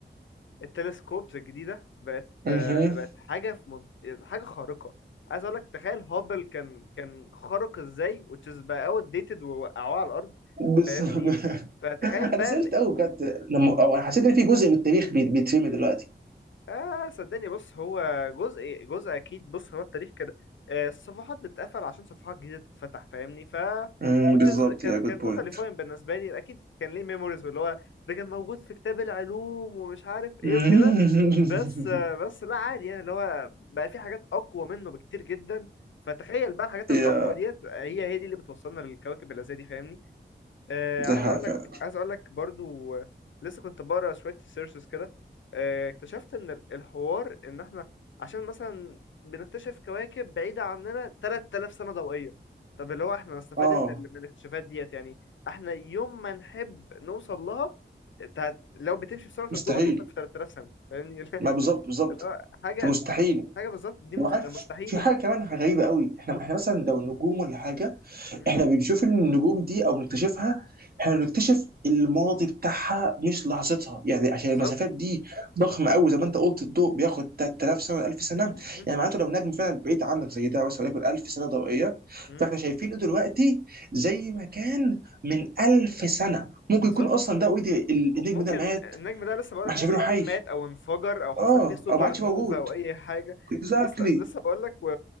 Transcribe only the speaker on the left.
التلسكوبز الجديده بقت
آه، بقت حاجه في من... حاجه خارقه عايز اقول لك تخيل هابل كان كان خارق ازاي وتشيز بقى اوت ديتد ووقعوه على الارض
فاهمني فتخيل
بقى
آه صدقني بص هو جزء جزء أكيد بص هو التاريخ كده آه الصفحات بتتقفل عشان صفحات جديدة تتفتح فاهمني ف
which
is كان
كان
totally fine بالنسبة لي أكيد كان ليه memories واللي هو ده كان موجود في كتاب العلوم ومش عارف إيه
وكده بس آه بس لا عادي يعني اللي هو بقى في حاجات أقوى منه بكتير جدا فتخيل بقى الحاجات
الأقوى ديت هي هي دي اللي بتوصلنا للكواكب اللي زي دي فاهمني آه
عايز
اقول
لك عايز اقول لك برضو آه، لسه كنت بقرا شويه سيرشز كده آه اكتشفت ان ال- الحوار ان احنا عشان مثلا بنكتشف كواكب بعيده عننا 3000 سنه ضوئيه طب اللي هو احنا نستفاد
من ال- من الاكتشافات ديت يعني احنا يوم ما نحب نوصل لها انت هت- لو بتمشي بسرعه
الضوء هتوصل في 3000 سنه فاهمني <laughs>
اللي هو حاجه
حاجه بالظبط دي
مست- مستحيله
مم،
بالظبط
مهم، مهم،
مهم،
بالظبط
بالظبط
م-
ممكن
النجم ده لسه بقولك
ممكن
يكون مات او انفجر او حصل
فيه سوبر
نوفا
او اي حاجه
لسه لسه بقولك و...